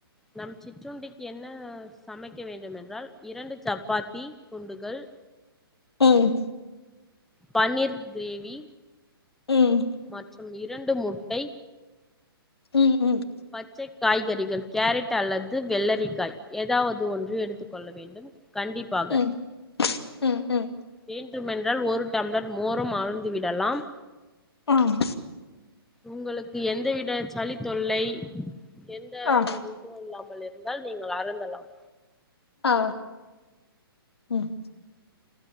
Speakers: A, in the centre; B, on the left (about 85°).
A: நம் சிற்றுண்டிக்கு என்ன சமைக்க வேண்டும்மென்றால் இரண்டு சப்பாத்தி துண்டுகள்
B: ம்
A: பன்னீர் கிரேவி
B: ம்
A: மற்றும் இரண்டு முட்டை
B: ம் ம்
A: பச்சை காய்கறிகள் கேரட் அல்லது வெள்ளரிக்காய் ஏதாவது ஒன்று எடுத்து கொள்ள வேண்டு ம் கண்டிப்பாக
B: ம் ம் ம்
A: வேண்டுமென்றால் ஒரு டம்ளர் மோரும் அருந்திவிடலாம்
B: ஆம்
A: உங்களுக்கு எந்தவித சளி தொல்லை எந்த
B: ஆ
A: ஒரு இதுவும் இல்லாமல் இருந்தால் நீங்கள் அருந்தலாம்
B: ஆ ம்